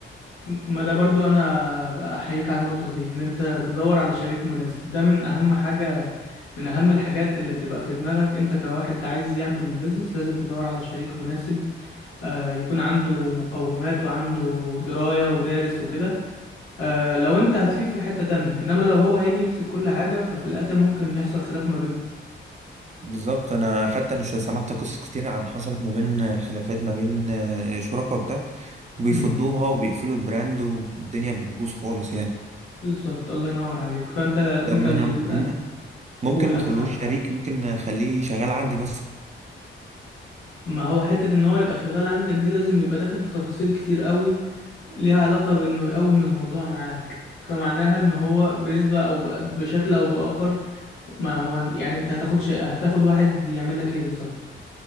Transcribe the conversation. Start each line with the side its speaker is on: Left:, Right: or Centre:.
Left: ما ده برضو انا بقى احييك على النقطه دي ان انت تدور على شريك مناسب ده من اهم حاجه من اهم الحاجات اللي تبقى في دماغك انت كواحد عايز يعمل بيزنس لازم تدور على شريك مناسب آه، يكون عنده مقومات وعنده درايه ودارس وكده آه، لو انت هتفيد في حته تانية انما لو هو هيجي يمسك كل حاجه ففي الاخر ممكن يحصل خلاف ما
Right: بالظبط انا حتى انا شو- سمعت قصص كتير عن حصلت ما بين خلافات ما بين آه، شركاء وبتاع وبيفضوها
Left: بينكم
Right: وبيقفلوا البراند والدنيا بتبوظ خالص يعني
Left: بالظبط الله ينور عليك فانت انت
Right: طب ما
Left: ال...
Right: انا م- ممكن
Left: قول
Right: ما
Left: انا
Right: اخلوش
Left: سامعك
Right: شريك ممكن اخليه شغال عندي مثلا
Left: ما هو حتة ان هو يبقى شغال عندك دي لازم يبقى داخل في تفاصيل كتير قوي ليها علاقة بانه يقوم الموضوع معاك فمعناها ان هو بنسبة او ب... بشكل او باخر ما هو يعني انت هتاخد ش... هتاخد واحد يعمل لك ايه بالظبط